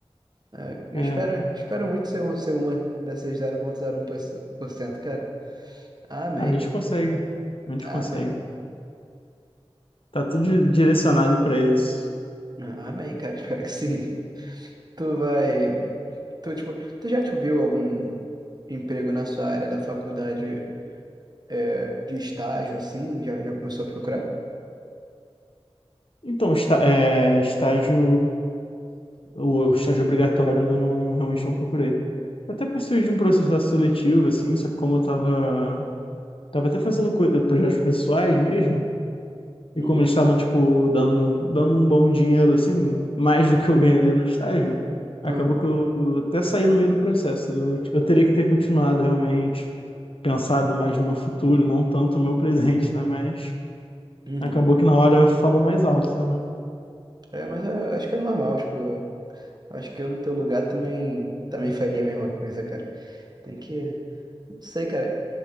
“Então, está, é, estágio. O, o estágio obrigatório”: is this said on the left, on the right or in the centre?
Left